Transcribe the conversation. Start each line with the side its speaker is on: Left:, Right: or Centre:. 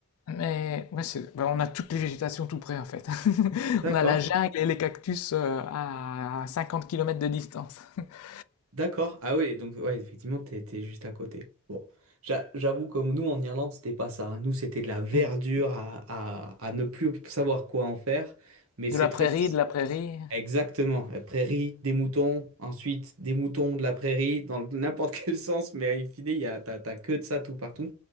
Left: Mais ouais, c'est- ben, on a toutes les végétations tout près, en fait. <laughs>
Right: d'accord,
Left: On a la jungle et les cactus euh, à 50 kilomètres de distance. <laughs>
Right: d'accord. Ah oui, donc ouais, effectivement, t'es, t'es juste à côté. Bon, J'a- j'avoue, comme nous en Irlande, c'était pas ça. hein. Nous, c'était de la verdure
Left: Mm.
Right: à, à, à ne plus savoir quoi en faire, mais c'est
Left: De la
Right: très...
Left: prairie, de la prairie.
Right: Exactement, la prairie, des moutons, ensuite des moutons de la prairie, dans le- n'importe quel <laughs> sens, mais in fine, il y a, t'as, t'as que de ça tout partout.